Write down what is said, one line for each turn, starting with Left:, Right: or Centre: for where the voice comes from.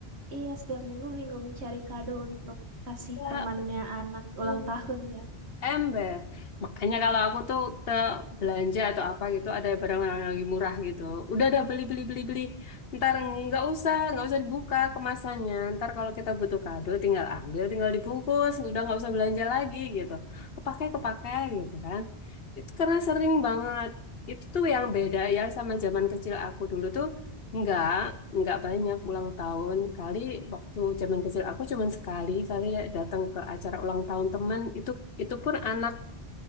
Right: iya setiap minggu bingung cari kado untuk kasih
Left: ya
Right: temannya anak
Left: betul.
Right: ulang tahun ya.
Left: Ember. Makanya kalau aku tuh ke belanja atau apa gitu, ada barang-barang yang lagi murah gitu. Udah ada beli, beli, beli, beli. Ntar nggak usah, nggak usah dibuka kemasannya. Ntar kalau kita butuh kado, tinggal ambil, tinggal dibungkus. Udah nggak usah belanja lagi gitu. Kepakai, kepakai gitu kan. Itu karena sering banget. Itu tuh yang beda ya sama zaman kecil aku dulu tuh. Enggak nggak banyak ulang tahun kali waktu zaman kecil aku cuman sekali kali ya datang ke acara ulang tahun teman itu itu pun anak